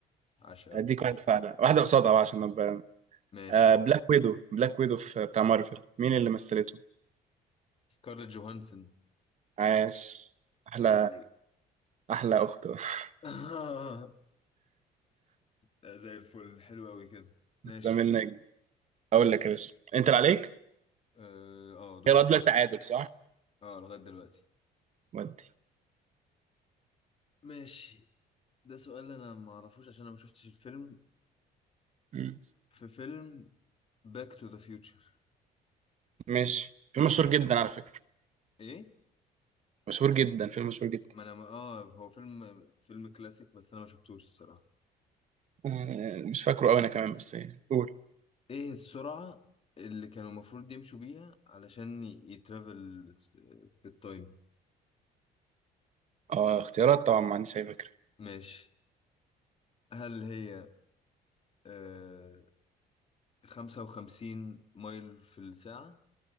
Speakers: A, on the left; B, on the right.
A: عاش قوي
B: اديك واحده سهله واحده قصادها بقى عشان ابقى
A: ماشي
B: آه، بلاك ويدو بلاك ويدو في بتاع مارفل مين اللي مثلته
A: سكارلت جوهانسون
B: عاش احلى
A: عيب عليك
B: احلى اخت <laughs>
A: <laughs> لا زي الفل حلو قوي كده ماشي
B: لامين نجم اقول لك يا باشا انت اللي عليك
A: اه آه، دوري
B: يلا
A: انا
B: دلوقتي
A: اللي أسأل.
B: تعادل صح
A: اه لغايه دلوقتي
B: ودي
A: ماشي ده سؤال انا ما اعرفوش عشان انا ما شفتش الفيلم
B: مم.
A: في فيلم باك تو ذا فيوتشر
B: ماشي فيلم مشهور جدا على فكره
A: ايه
B: مشهور جدا فيلم مشهور جدا
A: ما انا ما اه هو فيلم فيلم كلاسيك بس انا ما شفتوش الصراحه
B: آه، مش فاكره قوي انا كمان بس يعني قول
A: ايه السرعه اللي كانوا المفروض يمشوا بيها علشان ي- يترافل في التايم
B: اه اختيارات طبعا ما عنديش اي فكره
A: ماشي هل هي آه 55 مايل في الساعه